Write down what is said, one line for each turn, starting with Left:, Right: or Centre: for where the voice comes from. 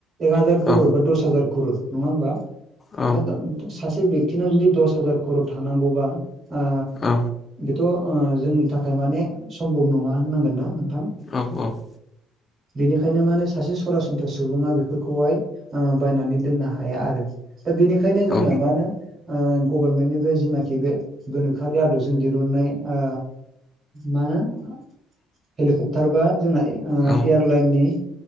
Right: एक हाजार खर'र
Left: औ
Right: बा दस हाजार खर'र नङा होमबा
Left: औ
Right: बा दा सासे बेक्तिनाव जुदि दस हाजार खर'र थानांगौबा ओ
Left: औ
Right: थ' ओ जोंनि थाखाय माने सम्भब नङा होननांगोन ना नोंथां
Left: औ औ <inaudible>
Right: बेनिखायनो माने सासे सरासनस्रा सुबुङा बेफोरखौहाय ओ बायनानै दोननो हाया आरो दा बेनिखायनो जोंना
Left: औ
Right: मा होनो गभर्नमेन्टनिफ्राय जनाखि बे गोनोखोआरि आदबजों दिरुननाय ओ मा होनो हेलिकप्टार बा जोंना ओ
Left: औ
Right: एयारलाइननि